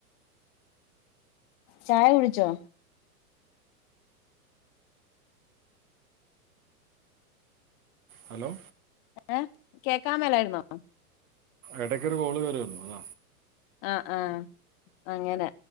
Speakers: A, on the left; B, on the right.
A: ചായ കുടിച്ചോ
B: ഹലോ
A: ഏഹ്‌ കേക്കാൻ മേലായിരുന്നോ
B: ഇടയ്ക്കൊ ഒരു കോളുകേറി വന്നു അത
A: ആഹ്‌ ആഹ്‌ അങ്ങനെ